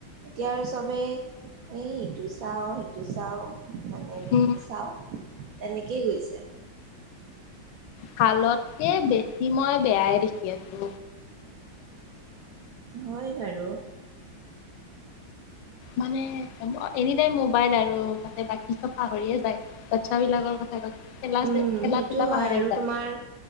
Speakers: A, on the right (about 80°); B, on the left (about 75°).
A: এতিয়া আৰু চবেই এই ইিটো চাওঁ সিটো চাওঁ। মানে ৰীল
B: উম।
A: চাওঁ তেনেকেই গৈছে।
B: ভালতকে বেছি মই বেয়াই দেখি আছো।
A: হয় বাৰু
B: মানে এনি টাইম মোবাইল আৰু মানে বাকী চব পাহৰিয়ে যায় বাচ্ছ বিলাকৰ কথা ক খেলা
A: উম
B: খেলা
A: সেইটো
B: ধূলা
A: হয়
B: পাহৰি
A: আৰু
B: যায়
A: তোমাৰ